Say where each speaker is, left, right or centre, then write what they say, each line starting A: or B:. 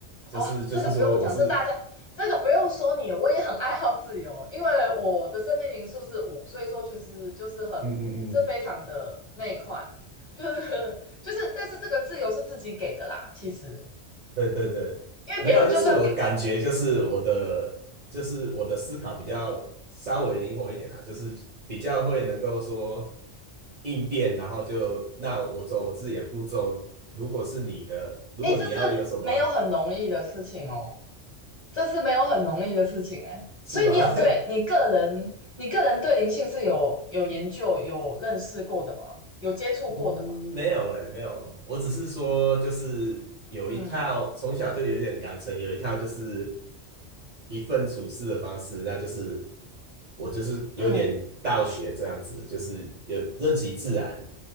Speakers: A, on the right (about 55°); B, on the left (about 30°).
A: 就是就是说我是
B: 哦，这个不用讲，这大家这个不用说你，我也很爱好自由，因为我的生命灵数是五，所以说就是就是很这非常的那一块，
A: 嗯嗯嗯，
B: 就是就是，但是这个自由是自己给的啦，其实
A: 对对对，
B: 因为别人就算给我，
A: 没有，就是我感觉就是我的就是我的思考比较稍微灵活一点啊，就是比较会能够说应变，然后就那我走我自己的步骤。如果是你的，如果你要有什么
B: 哎，这是没有很容易的事情哦，这是没有很容易的事情哎，
A: 是吗？
B: 所以你有对你个人你个人对灵性是有有研究有认识过的吧？
A: <laughs>
B: 有接触过的吧？
A: 嗯，没有诶，没有，我只是说就是有一套，
B: 嗯
A: 从小就有点养成有一套就是一份处事的方式，那就是我就是有点道学这样子，
B: 嗯。
A: 就是有任其自然。